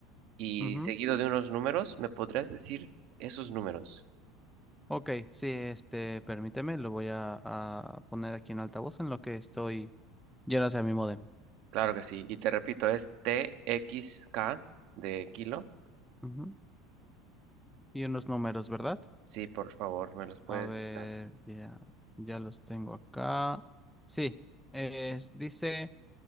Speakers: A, on the right (about 60°); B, in the centre.
A: y
B: Ujú.
A: seguido de unos números, ¿me podrías decir esos números?
B: Ok, sí, este, permíteme, lo voy a, a poner aquí en altavoz en lo que estoy lleno hacia mi modem.
A: Claro que sí. Y te repito, es t x k de kilo
B: Ujú. Y unos números, ¿verdad?
A: Sí, por favor, me los puedes
B: A ver,
A: dictar.
B: ya, ya los tengo acá. Sí, es, dice